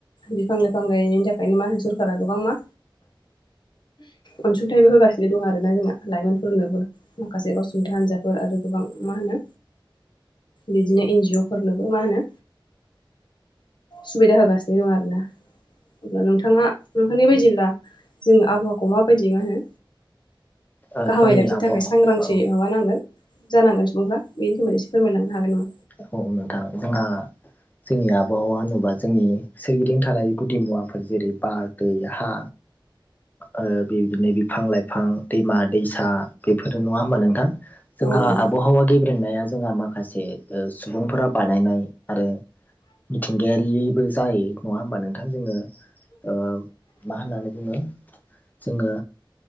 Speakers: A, on the left; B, on the left.
A: बिफां लाइफां गायिनि थाखायनो मा होन सोरखारा गोबां मा अनसुंथाइबो होगासिनो दं आरो ना जोंना लाइमोनफोरनोबो माखासे गाव सुंथा हान्जाफोर आरो गोबां मा होनो बिदिनो एन जिअ फोरनोबो मा होनो सुबिदा होगासिनो दं आरोना अब्ला नोंथाङा नोंहोनाय बायदिब्ला जोंनि आबहावाखौ माबायदि मा होनो
B: ओ
A: गाहामै
B: जोंनि
A: लाखिनो
B: आबहावा
A: थाखाय सांग्रांथि
B: औ
A: माबानांगोन जानांगोन सुबुंफ्रा बेनि सोमोन्दै एसे फोरमायलांनो हागोन नामा
B: औ नोंथां जोंहा जोंनि आबहावा होनोबा जोंनि सोरगिदिं थानाय गुदि मुवाफोर जेरै बार दै हा ओ बेबायदिनो बिफां-लाइफां दैमा दैसा बेफोर नङा होमबा नोंथां जोंहा
A: औ नंगौ
B: आबहावा गेब्रेंनाया जोंहा माखासे सुबुंफोरा बानायनाय आरो मिथिंगायारिबो जायो नङा होमबा नोंथां जोङो ओ मा होननानै बुङो जोङो